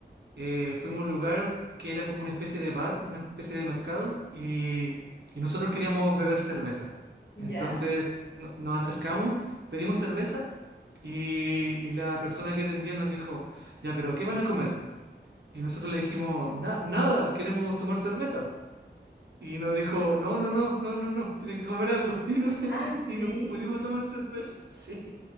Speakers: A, on the right; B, on the left.
A: eh, fuimos a un lugar que era como una especie de bar, una especie de mercado, y, y nosotros queríamos beber cerveza.
B: ¿Ya?
A: Entonces no- nos acercamos, pedimos cerveza, y, y la persona que atendía nos dijo, ya, pero ¿qué van a comer? Y nosotros le dijimos, "Na- nada, queremos tomar cerveza. Y nos dijo, no, no, no, no, no, no, tienes que comer algo. <laughs> Y no,
B: Ah, sí.
A: y no pudimos tomar cerveza, <laughs> sí.